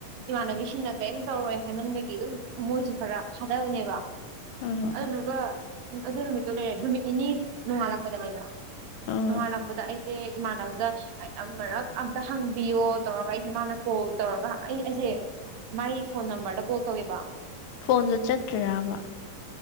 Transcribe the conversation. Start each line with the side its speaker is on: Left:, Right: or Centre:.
Right: ꯏꯃꯥꯟꯅꯕꯤꯁꯤꯡꯅ ꯀꯔꯤꯝꯇ ꯇꯧꯔꯣꯏ ꯍꯥꯏꯃꯟꯕꯒꯤ ꯑꯗꯨꯝ ꯊꯝꯃꯣꯏꯁ ꯈꯔ ꯊꯥꯗꯕꯅꯦꯕ
Left: ꯎꯝ
Right: ꯑꯗꯨꯗꯨꯒ ꯑꯗꯨ ꯅꯨꯃꯤꯠꯇꯨ ꯂꯩꯔꯦ ꯅꯨꯃꯤꯠ ꯅꯤꯅꯤ ꯅꯣꯡꯉꯥꯜꯂꯛꯄꯗ ꯂꯩꯕ꯭ꯔꯥ
Left: ꯎꯝ
Right: ꯅꯣꯡꯉꯥꯜꯂꯛꯄꯗ ꯑꯩꯁꯦ ꯏꯃꯥꯟꯅꯕꯗ ꯑꯩ ꯑꯃ ꯃꯔꯛ ꯑꯝꯇ ꯍꯪꯕꯤꯌꯣ ꯇꯧꯔꯒ ꯑꯩꯁꯦ ꯃꯥꯅ ꯀꯣꯜ ꯇꯧꯔꯒ ꯑꯩ ꯑꯩꯁꯦ ꯃꯥꯏ ꯐꯣꯟ ꯅꯝꯕꯔꯗ ꯀꯣꯜ ꯇꯧꯋꯦꯕ
Left: ꯐꯣꯟꯗꯨ ꯆꯠꯇ꯭ꯔꯕ